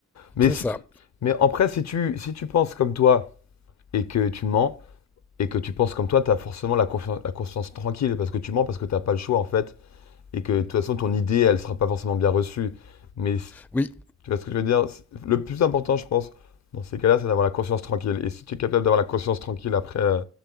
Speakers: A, on the left (about 60°); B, in the centre.
A: Mais,
B: C'est
A: si
B: ça.
A: tu- Mais après, si tu... si tu penses comme toi et que tu mens, et que tu penses comme toi, tu as forcément la, confi- la conscience tranquille, parce que tu mens, parce que tu n'as pas le choix en fait, et que de toute façon, ton idée, elle sera pas forcément bien reçue. Mais c-
B: Oui.
A: tu vois ce que je veux dire? C'est- Le plus important, je pense, dans ces cas-là, c'est d'avoir la conscience tranquille. Et si tu es capable d'avoir la conscience tranquille après, euh,